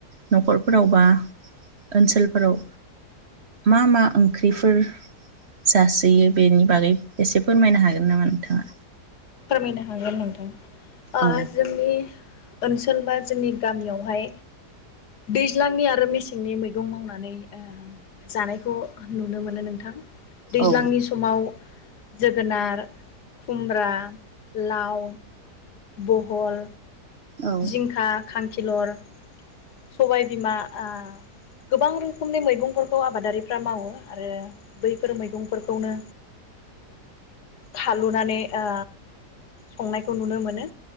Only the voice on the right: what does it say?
न'खरफोराव बा ओनसोलफोराव मा मा ओंख्रिफोर जासोयो बेनि बागै एसे फोरमायनो हागोन नामा नोंथाङा?
औ
औ
औ